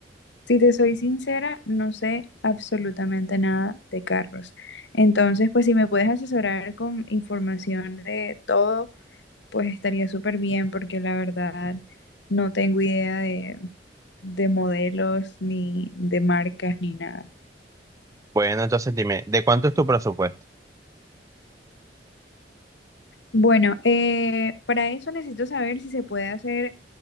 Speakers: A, on the left (about 85°); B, on the right (about 20°).
A: Si te soy sincera, no sé absolutamente nada de carros. Entonces, pues si me puedes asesorar con información de todo, pues estaría súper bien porque la verdad no tengo idea de, de modelos ni de marcas ni nada.
B: Bueno, entonces dime, ¿de cuánto es tu presupuesto?
A: Bueno, eh, para eso necesito saber si se puede hacer,